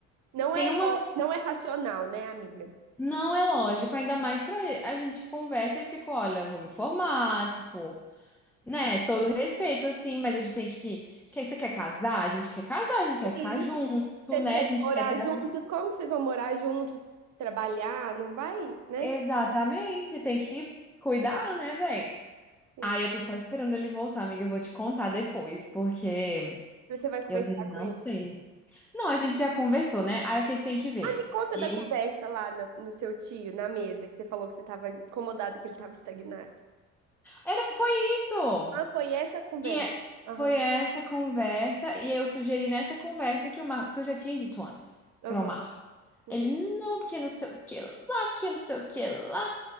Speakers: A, on the right; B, in the centre.
A: Não
B: tem
A: é,
B: uma.
A: lo-
B: so,
A: não é racional, né, amiga?
B: Não é lógico, ainda mais pra a gente que conversa e eu fico, olha, eu vou me formar, tipo, né? Todo respeito, assim, mas a gente tem que. Quer, você quer casar? A gente quer casar, a gente quer
A: Sim.
B: ficar junto,
A: Vocês
B: né?
A: querem
B: A gente
A: morar
B: quer ter
A: juntos?
B: a vida.
A: Como que vocês vão morar juntos? Trabalhar? Não vai, né?
B: Exatamente, tem que cuidar, né, velho?
A: Sim.
B: Ai, eu tô só esperando ele voltar, amiga. Eu vou te contar depois, porque
A: Você vai conversar
B: eu não
A: com ele.
B: sei. Não, a gente já conversou, né? Aí o que que tem que ver?
A: Ai, me conta
B: Ele.
A: da conversa lá na- no seu tio, na mesa, que você falou que você estava incomodada, que ele estava estagnado.
B: Era, foi isso!
A: Ah, foi essa a conversa.
B: E é-
A: Aham,
B: foi essa conversa, e eu sugeri nessa conversa que o Marco, que eu já tinha dito antes
A: aham,
B: para o Marco.
A: uhum,
B: Ele, não, porque não sei o que lá, porque não sei o que lá.